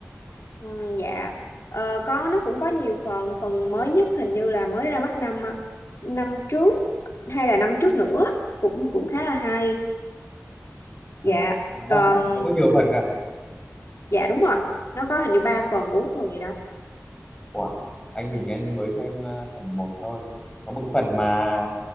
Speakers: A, on the left (about 60°); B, on the left (about 15°).
A: ừ, dạ ờ, có nó cũng có nhiều phần phần mới nhất hình như là mới ra mắt năm ờ, năm trước hay là năm trước nữa cũng cũng khá là hay
B: Ờ,
A: dạ
B: Nó
A: còn
B: nó có nhiều phần cả.
A: dạ đúng rồi nó có hình như ba phần bốn phần gì đó
B: Wow, anh hình như anh mới xem ờ, phần một thôi. Có một cái phần mà